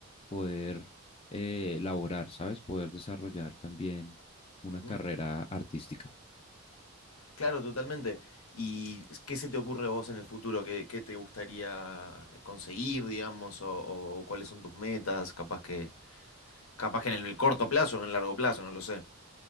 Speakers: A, on the left (about 25°); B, on the left (about 80°).
A: poder eh, laborar, ¿sabes? Poder desarrollar también una
B: Ujú.
A: carrera artística.
B: Claro, totalmente. ¿Y qué se te ocurre a vos en el futuro? ¿Qué, qué te gustaría conseguir, digamos? O, o cuáles son tus metas? Capaz que, capaz que en el corto plazo o en el largo plazo, no lo sé.